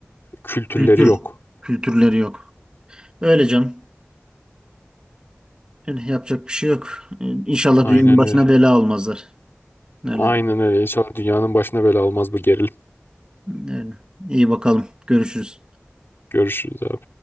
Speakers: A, on the left; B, on the right.
A: Kültürleri
B: Kültür.
A: yok.
B: Kültürleri yok. Öyle canım. Yani yapacak bir şey yok. Ee, İnşallah
A: Aynen
B: dünyanın başına
A: öyle.
B: bela olmazlar. Öyle
A: Aynen öyle. İnşallah dünyanın başına bela olmaz bu gerilim.
B: Öyle. İyi bakalım. Görüşürüz.
A: Görüşürüz abi.